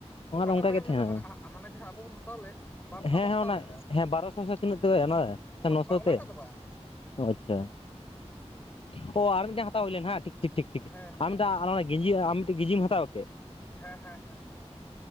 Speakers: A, on the left; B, on the left.
A: ᱚᱱᱟ
B: ᱚᱠᱟᱴᱟᱜ
A: ᱫᱚ ᱚᱱᱠᱟ
B: ᱯᱮ ᱮᱢ
A: ᱜᱮ ᱛᱟᱦᱮᱱᱟ
B: ᱮᱫᱟ ᱦᱟᱱᱮ ᱡᱟᱦᱟᱸ ᱟᱵᱚ ᱵᱚᱱ ᱦᱟᱛᱟᱣ ᱞᱮᱫ ᱵᱟᱨ ᱫᱷᱟᱸᱣ
A: ᱦᱮᱸ
B: ᱵᱚᱱ ᱦᱟᱛᱟᱣ
A: ᱦᱮᱸ ᱚᱱᱟ
B: ᱞᱮᱫᱟ
A: ᱦᱮᱸ ᱵᱟᱨᱚᱥᱚ ᱥᱮ
B: ᱾
A: ᱛᱤᱱᱟᱹᱜ ᱛᱮ ᱥᱮ
B: <inaudible> ᱚᱱᱟ
A: ᱱᱚᱥᱚ
B: ᱵᱟᱸ ᱚᱱᱟᱴᱟᱜ
A: ᱛᱮ
B: ᱫᱚ ᱵᱟᱸ ᱾
A: ᱚ ᱟᱪᱪᱷᱟ ᱾ <inaudible> ᱚ ᱟᱨ ᱢᱤᱫᱴᱮᱱ ᱦᱟᱛᱟᱣ ᱦᱩᱭ ᱞᱮᱱ ᱦᱟᱸ ᱴᱷᱤᱠ ᱴᱷᱤᱠ ᱴᱷᱤᱠ ᱴᱷᱤᱠ
B: ᱦᱮᱸ ᱦᱮᱸ
A: ᱟᱨ ᱢᱤᱫ ᱴ
B: ᱦᱮᱸ
A: ᱟᱨ ᱦᱚᱸ ᱚᱱᱟ ᱜᱮᱸᱡᱤ ᱟᱢ ᱢᱤᱫᱴᱮᱱ ᱜᱮᱡᱤᱢ ᱦᱟᱛᱟᱣ ᱠᱮᱫ ᱾
B: ᱦᱮᱸ ᱦᱮᱸ ᱦᱮᱸ ᱦᱮᱸ᱾